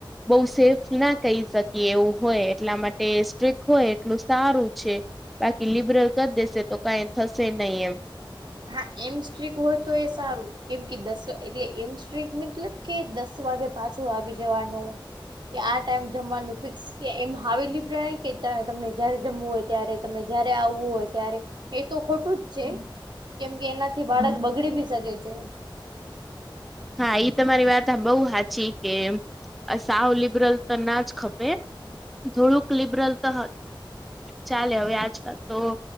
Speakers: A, in the centre; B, on the right.
A: બહુ સેફ ના કહી શકીએ એવું હોય, એટલા માટે સ્ટ્રિક્ટ હોય એટલું સારું છે. બાકી લિબરલ કર દેશે તો કાંઈ થશે નહીં એમ.
B: હા, એમ સ્ટ્રિક્ટ હોય તો એ સારું, કેમ કે દસ એટલે એમ સ્ટ્રિક્ટ મતલબ કે દસ વાગે પાછું આવી જવાનું. કે આ ટાઈમ જમવાનું ફિક્સ કે એમ, <unintelligible> કે ત તમને જ્યારે જમવું હોય ત્યારે તમે જ્યારે આવવું હોય ત્યારે, એ તો ખોટું જ છે. કેમ કે, એનાથી બાળક બગડી બી શકે છે.
A: હા, એ તમારી વાત બહુ સાચી કે. અ, સાવ લિબરલ તો ના જ ખપે. થોડુંક લિબરલ તો ચાલે, હવે આજકાલ તો.